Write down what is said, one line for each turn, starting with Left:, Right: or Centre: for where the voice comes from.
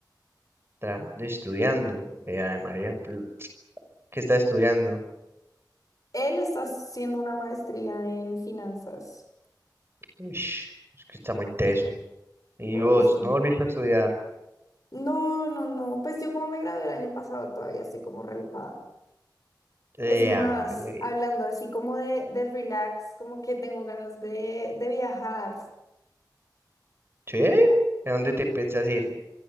Right: Trabajando, y estudiando. Eh, ay, María, pl- ¿qué está estudiando?
Left: Él está haciendo una maestría en finanzas,
Right: Ush, es que está muy teso. ¿Y
Left: ¿oíste?
Right: vos? ¿No volviste a estudiar?
Left: No, no, no. Pues yo como me gradué el año pasado, todavía estoy como relajada.
Right: Eh,
Left: Es más,
Right: Ave María.
Left: hablando así como de, del relax, como que tengo ganas de, de viajar.
Right: ¿Sí? ¿A dónde te pensás ir?